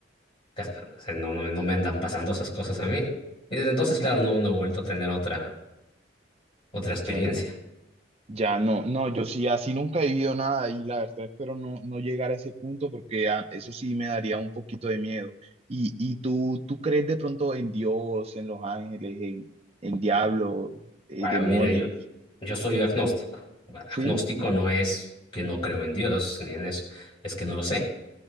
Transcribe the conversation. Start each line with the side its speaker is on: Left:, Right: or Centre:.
Left: cas- o sea, no, no, no me andan pasando esas cosas a mí. Y desde entonces, claro, no, no he vuelto a tener otra, otra experiencia.
Right: Ya. Ya no, no, yo sí, así nunca he vivido nada y la verdad espero no, no llegar a ese punto porque ah, eso sí me daría un poquito de miedo. ¿Y, y tú, tú crees de pronto en Dios, en los ángeles, en, en diablo, eh,
Left: Bueno,
Right: demonios?
Left: mira, yo, yo soy agnóstico. Bueno, agnóstico
Right: ¿Sí?
Left: no es que no creo en Dios, ni en eso, es que no lo sé.